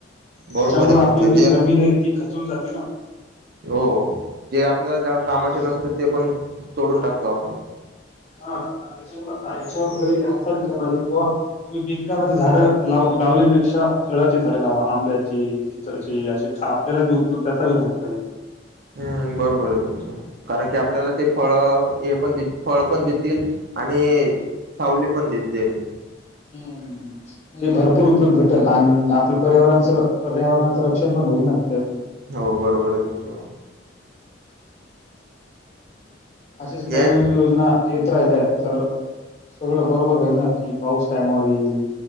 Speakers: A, on the right; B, on the left.
A: बरोबर
B: त्यांच्यामुळे
A: आहे तुमचे
B: आपलं ती जमीन आहे ती खचूंन जाते नां
A: हो हो जे आपल्यांला
B: हम्म.
A: कामांचे नसतं ते पणं तोंडून टाकतो आपणं
B: हां कां च्यां हातलां पाहिजे बिंकामध्यें झाडं लाव लावली तं पेक्षा फळांची झाडें लावां आंब्याची चिंचेची असे खं आपल्यांला बी उपयुक्त त्यांला बी झालां पाहिजे
A: हम्मं बरोबर आहे तुमचं कारणं की आपल्यांला
B: हम्म.
A: ते फळं हे पणं फळं पणं देतीलं आणि सांवली पणं देतील
B: होव म्हणजे भरंपूर उपयोग घटंल आणि आपलं पर्यावरणाचं पर्यावरणाचं रक्षंण पणं होईल नां त्यांतून
A: हो बरोबर आहे तुमचं
B: अशीचं नवनवीन
A: हे
B: योजनां येतं राहिल्यां तरं सगळं बरोबर होईल नां की पाऊस टायमांवर येईल